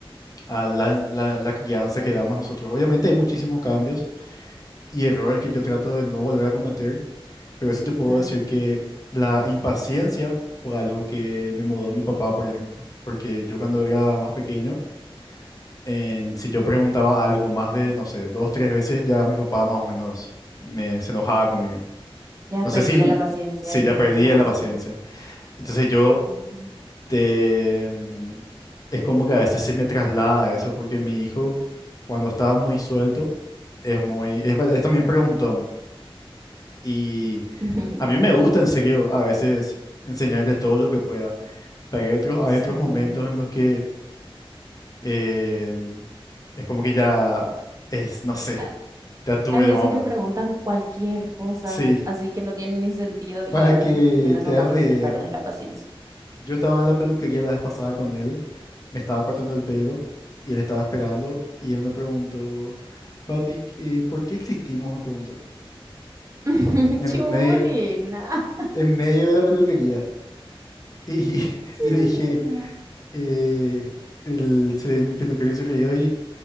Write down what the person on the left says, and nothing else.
a la, la- la crianza que damos nosotros. Obviamente hay muchísimos cambios y errores que yo trato de no volver a cometer, pero sí te puedo
decir que la impaciencia fue algo que me mudó mi papá, por ejemplo, porque yo cuando era más pequeño, en- si yo preguntaba algo más de, no sé, dos, tres veces, ya mi papá más o menos me, se enojaba conmigo.
No sé
si,
si
ya
perdía
la paciencia.
Entonces yo
te... mm, Es como que a veces se me traslada eso, porque mi hijo, cuando estaba muy suelto, es muy... Es, es también preguntón. Y
a mí me gusta, en serio, a veces enseñarle todo lo que pueda. Pero hay otros, hay
otros momentos en los que em, es como que ya es, no sé.
Te aturde
más o menos.
Sí,
para
que
te
haga una idea.
Yo estaba en la peluquería la vez pasada con él, me estaba cortando el pelo y él estaba esperando y él me preguntó, papi, eh, ¿por qué existimos? Me preguntó.
En
medio, en medio de la peluquería. Y <laughs>
yo le dije, eh, el- se- mi peluquero se rió y